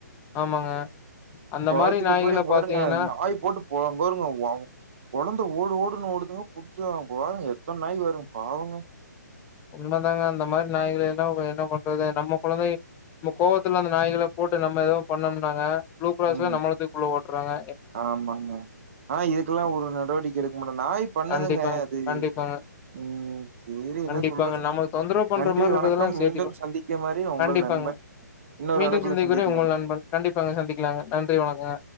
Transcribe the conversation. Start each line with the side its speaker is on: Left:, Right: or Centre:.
Left: ஆமாங்க அந்த
Right: துரத்துட்டு
Left: மாரி நாய்கள
Right: போய் அங்க பாருங்க
Left: பாத்தீங்கன்னா
Right: நாய் போட்டு போ அங்க பாருங்க கொழந்த ஓடு ஓடுன்னு ஓடுதுங்க புடிச்ச அவங்க பாருங்க எத்தன நாய் வரும் பாவங்க
Left: உண்மை தாங்க அந்த மாரி நாய்களை எல்லா என்ன பண்றது நம்ம கொழந்தை நம்ம கோவத்துல அந்த நாய்கள போட்டு நம்ம எதுவும் பண்ணோம்னாங்க ப்ளூ கிரஸ்ல
Right: ம்
Left: நம்மள தூக்கி உள்ள போட்டுருவாங்க
Right: ஆமாங்க ஆ இதுக்கெல்லாம் ஒரு நடவடிக்கை எடுக்க மாட்டாங்க நாய் பண்ணுதுங்க
Left: கண்டிப்பாங்க
Right: அது
Left: கண்டிப்பாங்க
Right: ம்
Left: கண்டிப்பாங்க
Right: என்ன சொல்றதுங்க
Left: நமக்கு தொந்தரவு பண்ற
Right: நன்றி
Left: மாரி இருக்கதெல்லாம்
Right: வணக்கம்
Left: சேர்த்தி
Right: மீண்டும் சந்திக்குமாறு உங்கள்
Left: கண்டிப்பாங்க
Right: நண்பன் இன்னொரு
Left: மீண்டும்
Right: அழைப்புல
Left: சந்திக்கும்
Right: சந்திக்கலாம்
Left: வரை உங்கள் நண்பன் கண்டிப்பாங்க சந்திக்கலாங்க நன் நன்றி வணக்கங்க